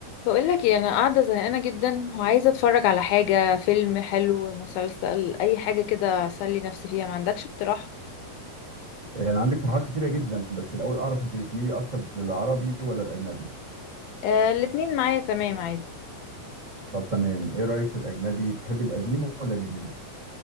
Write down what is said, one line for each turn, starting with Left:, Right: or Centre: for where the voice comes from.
Left: بقول لك ايه انا قاعده زهقانه جدا وعايزه اتفرج على حاجه فيلم حلو مسلسل اي حاجه كده اسلي نفسي فيها ما عندكش اقتراح
Right: يعني عندك اقتراحات كتيرة جدا بس الأول أعرف أنت بتميلي أكتر للعربي ولا الأجنبي؟
Left: آه الاتنين معايا تمام عادي
Right: طب تمام إيه رأيك في الأجنبي تحبي القديم ولا الجديد؟